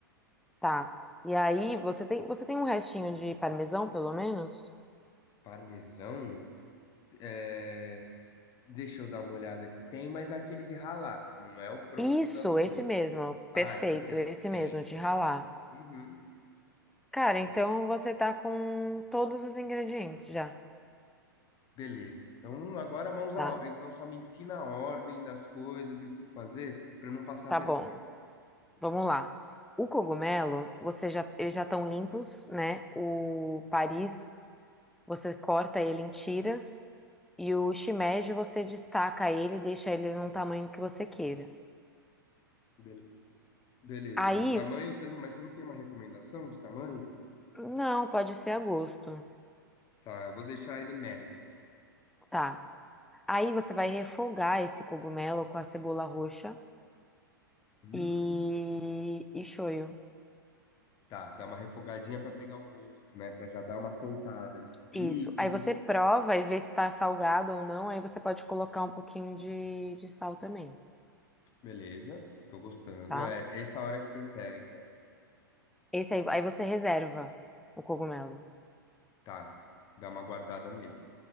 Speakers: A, in the centre; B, on the left.
A: Tá. E aí, você tem, você tem um restinho de parmesão, pelo menos?
B: parmesão. É. Deixa eu dar uma olhada aqui. Tem, mas é aquele de ralar, não é o pronto
A: Isso,
B: da Vigor.
A: esse mesmo.
B: Ah,
A: Perfeito,
B: então tem,
A: esse
B: tem,
A: mesmo, de ralar.
B: tem. Uhum.
A: Cara, então você tá com todos os ingredientes já,
B: Beleza. Então agora mãos
A: tá?
B: à obra. Então só me ensina a ordem das coisas e o que fazer para eu não passar
A: Tá
B: vergonha.
A: bom. Vamos lá. O cogumelo, você já, eles já estão limpos, né? O Paris, você corta ele em tiras. E o shimeji, você destaca ele e deixa ele num tamanho que você queira.
B: Bele- Beleza.
A: Aí,
B: O tamanho, você não... mas você não tem uma recomendação de tamanho?
A: não, pode ser a gosto.
B: Tá, eu vou deixar ele médio, então.
A: Tá. Aí você vai refogar esse cogumelo com a cebola roxa
B: Hum,
A: e, e shoyu.
B: tá, dá uma refogadinha para pegar o gosto, né? Para já dar uma soltada ali no líquido.
A: Isso. Aí você prova e vê se tá salgado ou não. Aí você pode colocar um pouquinho de, de sal também,
B: Beleza. Tô gostando.
A: tá?
B: É essa hora que tempera, então.
A: Esse aí, aí você reserva o cogumelo.
B: Tá. Dá uma guardada nele.